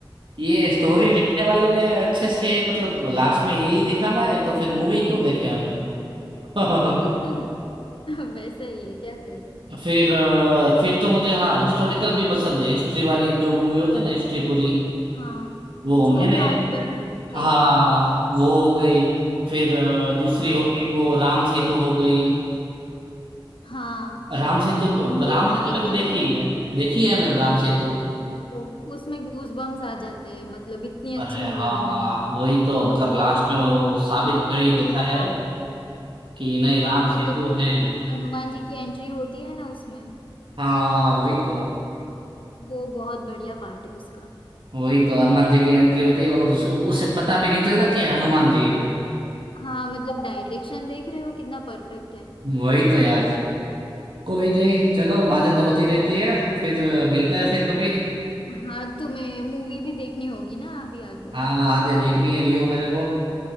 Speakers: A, on the right; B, on the left.
A: ये स्टोरी लिखने वाले ने अच्छे से मतलब लास्ट में यही दिखाना है तो फिर मूवी क्यों देखे हम <laughs> फिर
B: <laughs> वैसा ही है क्या करें
A: फिर अ, फिर तो मुझे हाँ हिस्टोरिकल भी पसंद है हिस्ट्री वाली जो मूवी होती है ना हिस्ट्री पूरी
B: हाँ
A: वो
B: जोधा
A: मैंने
B: अकबर टाइप
A: हाँ वो हो गई फिर अ, दूसरी
B: और
A: हो गई वो राम सेतु हो गई
B: हाँ
A: राम सेतु
B: तो
A: राम सेतु
B: देखिए
A: मैंने देखी
B: तुमने
A: है देखी है मैंने राम सेतु
B: वो- उसमें गूजबम्स आ जाते हैं मतलब इतनी अच्छी
A: अरे हाँ
B: मूवी बनाई है
A: वही तो मतलब लास्ट में वो साबित कर ही
B: अरे
A: देता
B: हाँ
A: है कि नहीं
B: हाँ
A: राम
B: मतलब
A: सेतु
B: वो
A: है
B: जो हनुमान जी की एंट्री होती है ना उसमें
A: हाँ वही तो
B: वो वो बहुत बढ़िया पार्ट है उसका
A: वही तो हनुमान जी की एंट्री होती है और उस, उसे पता भी नहीं चलता कि हनुमान जी है
B: हाँ मतलब डायरेक्शन देख रहे हो कितना परफेक्ट है
A: वही तो यार कोई नहीं चलो बातें तो होती रहती है फिर अ, मिलते हैं फिर कभी
B: हाँ तुम्हें मूवी भी देखनी होगी ना अभी आगे
A: हाँ आगे देखनी है लियो मेरे को